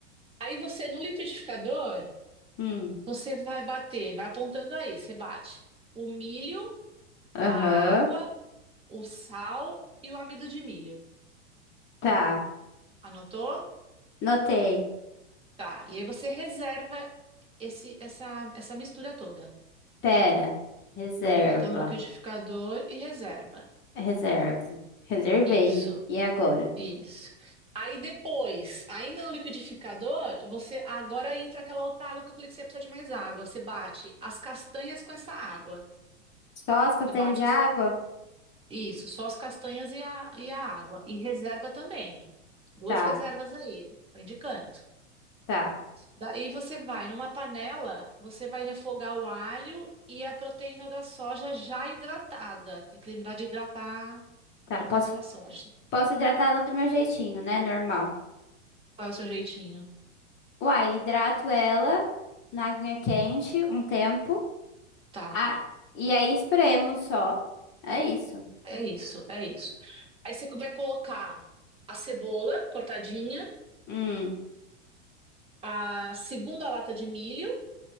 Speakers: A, on the right; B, on the left.
A: Aí você, no liquidificador,
B: Hum,
A: você vai bater, vai apontando aí, você bate o milho,
B: aham.
A: a água, o sal e o amido de milho.
B: Tá,
A: Anotou?
B: notei.
A: Tá. E aí você reserva esse, essa, essa mistura toda.
B: Pera. Reserva.
A: Você bateu no liquidificador e reserva.
B: Reservo. Reservei.
A: Isso,
B: E agora?
A: isso. Aí depois, ainda no liquidificador, você agora entra aquela outra água que eu falei que você ia precisar de mais água. Você bate as castanhas com essa água.
B: Só as castanhas
A: Você bate
B: de água?
A: essa... Isso, só as castanhas e a, e a água. E reserva também. Duas
B: Tá,
A: reservas aí, vem de canto.
B: tá,
A: Daí você vai numa panela, você vai refogar o alho e a proteína da soja já hidratada. Tem que lembrar de hidratar
B: tá.
A: a proteína
B: Posso,
A: da soja.
B: posso hidratar ela do meu jeitinho, né? Normal.
A: Qual é o seu jeitinho?
B: Uai, hidrato ela na aguinha quente um tempo.
A: Tá,
B: Ah, e aí espremo só. É isso.
A: é isso, é isso. Aí você vai colocar a cebola cortadinha,
B: Hum,
A: a segunda lata de milho,